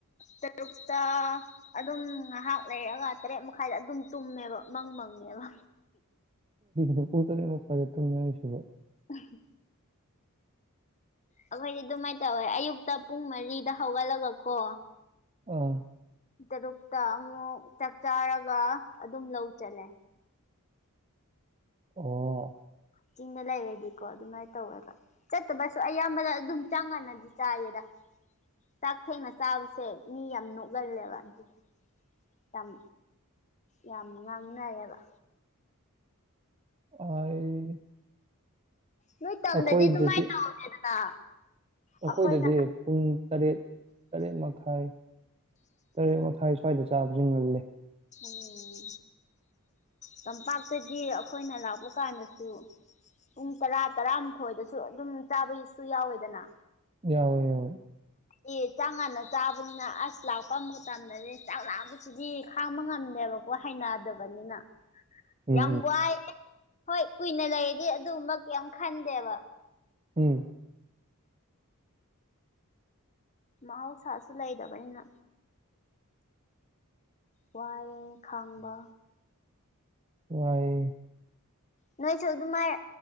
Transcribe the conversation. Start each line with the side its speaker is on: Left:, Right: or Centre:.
Left: ꯇꯔꯨꯛꯇꯥ ꯑꯗꯨꯝ ꯉꯥꯏꯍꯥꯛ ꯂꯩꯔꯒ ꯇꯔꯦꯠ ꯃꯈꯥꯏꯗ ꯑꯗꯨꯝ ꯇꯨꯝꯃꯦꯕ ꯃꯪ ꯃꯪꯉꯦꯕ
Right: ꯍ ꯄꯨꯣꯅ ꯑꯃ ꯀꯋꯥꯖꯦ ꯇꯝ ꯌꯥꯉꯁꯨꯕꯣ
Left: ꯎꯝ ꯑꯩꯈꯣꯏꯗꯤ ꯑꯗꯨꯃꯥꯏꯅ ꯇꯧꯋꯦ ꯑꯌꯨꯛꯇ ꯄꯨꯡ ꯃꯔꯤꯗ ꯍꯧꯒꯠꯂꯒ ꯀꯣ
Right: ꯑꯥ
Left: ꯇꯔꯨꯛꯇ ꯑꯃꯨꯛ ꯆꯥꯛ ꯆꯥꯔꯒ ꯑꯗꯨꯝ ꯂꯧ ꯆꯠꯂꯦ
Right: ꯑꯣ
Left: ꯆꯤꯡꯗ ꯂꯩꯔꯗꯤꯀꯣ ꯑꯗꯨꯃꯥꯏꯅ ꯇꯧꯋꯦꯕ ꯆꯠꯇꯕꯁꯨ ꯑꯌꯥꯝꯕꯗ ꯑꯗꯨꯝ ꯆꯥꯡ ꯃꯥꯟꯅꯗꯤ ꯆꯥꯏꯌꯦꯦꯗ ꯆꯥꯛ ꯊꯦꯡꯅ ꯆꯥꯕꯁꯦ ꯃꯤ ꯌꯥꯝ ꯅꯣꯏꯒꯜꯂꯦꯕ ꯑꯗꯨꯗꯤ ꯌꯥꯝ ꯌꯥꯝ ꯉꯥꯡꯅꯔꯦꯕ
Right: ꯑꯩ
Left: ꯅꯣꯏ ꯇꯝꯗꯗꯤ
Right: ꯑꯩꯈꯣꯏꯗꯗꯤ
Left: ꯑꯗꯨ ꯃꯥꯏ ꯇꯧꯗꯦꯗꯅ ꯑꯩꯈꯣꯏꯅ
Right: ꯑꯩꯈꯣꯏꯗꯗꯤ ꯄꯨꯡ ꯇꯔꯦꯠ ꯇꯔꯦꯠ ꯃꯈꯥꯏ ꯇꯔꯦꯠ ꯃꯈꯥꯏ ꯁ꯭ꯋꯥꯏꯗ ꯆꯥꯕꯕꯁꯤ ꯉꯜꯂꯦ
Left: ꯎꯝ ꯇꯝꯄꯥꯛꯇꯒꯤ ꯑꯩꯈꯣꯏꯅ ꯂꯥꯛꯄ ꯀꯥꯟꯗꯁꯨ ꯄꯨꯡ ꯇꯔꯥ ꯇꯔꯥꯃꯥꯊꯣꯏꯗꯁꯨ ꯑꯗꯨꯝ ꯆꯥꯕꯁꯨ ꯌꯥꯎꯋꯦꯗꯅ
Right: ꯌꯥꯎꯋꯣꯏ ꯌꯥꯋꯣꯏ
Left: ꯑꯦ ꯆꯥꯡ ꯉꯥꯟꯟꯅ ꯆꯥꯕꯅꯤꯅ ꯑꯁ ꯂꯥꯛꯄ ꯃꯇꯝꯗꯗꯤ ꯆꯥꯛꯔꯥꯛꯕꯁꯤꯗꯤ ꯈꯥꯡꯕ ꯉꯝꯗꯦꯕꯀꯣ ꯋꯥ ꯍꯥꯏꯅꯗꯕꯅꯤꯅ
Right: ꯎꯝ
Left: ꯌꯥꯝ ꯋꯥꯏ ꯍꯣꯏ ꯀꯨꯏꯅ ꯂꯩꯔꯗꯤ ꯑꯗꯨꯕ ꯀꯌꯥꯝ ꯈꯟꯗꯦꯕ
Right: ꯎꯝ
Left: ꯃꯥꯕꯨ ꯁꯥꯁꯨ ꯂꯩꯗꯕꯅꯤꯅ ꯋꯥꯔꯦ ꯈꯥꯡꯕ
Right: ꯋꯥꯏꯌꯦ
Left: ꯅꯣꯏꯁꯨ ꯑꯗꯨꯃꯥꯏ